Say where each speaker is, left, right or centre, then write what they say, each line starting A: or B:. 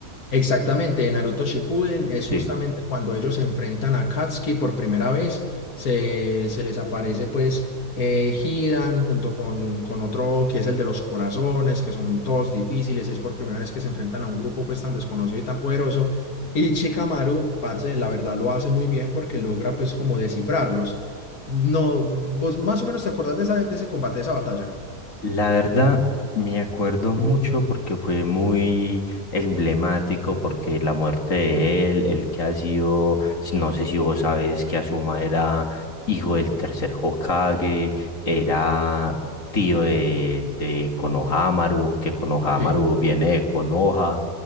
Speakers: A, on the left; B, on the left.
A: Exactamente, en Naruto Shippuden es
B: Sí.
A: justamente cuando ellos se enfrentan a Katsuki por primera vez, se, se les aparece pues eh, Hidan junto con, con otro que es el de los corazones, que son todos difíciles, es por primera vez que se enfrentan a un grupo pues tan desconocido y tan poderoso, y Chikamaru, parce, la verdad lo hace muy bien porque logra pues como descifrarlos. No, vos más o menos te acordás de, esa- de ese combate, de esa batalla.
B: La verdad, me acuerdo mucho porque fue muy emblemático, porque la muerte de él, el que ha sido, si- no sé si vos sabes que Asuma era hijo del tercer Hokage, era tío de, de Konohamaru, que Konohamaru
A: Sí.
B: viene de Konoha.